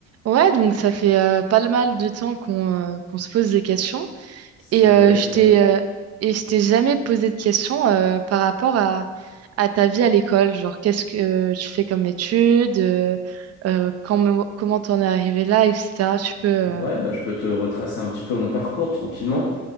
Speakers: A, on the right; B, on the left.
A: Ouais, donc ça fait euh, pas le mal de temps qu'on euh, qu'on se pose des questions.
B: C'est
A: Et euh,
B: réel
A: je
B: ça.
A: t'ai euh, et je t'ai jamais posé de questions euh, par rapport à, à ta vie à l'école. Genre, qu'est-ce que euh, tu fais comme études, euh, euh, quand- comment t'en es arrivé là, et cetera Tu peux. euh,
B: Ouais, bah, je peux te retracer un petit peu mon parcours tranquillement.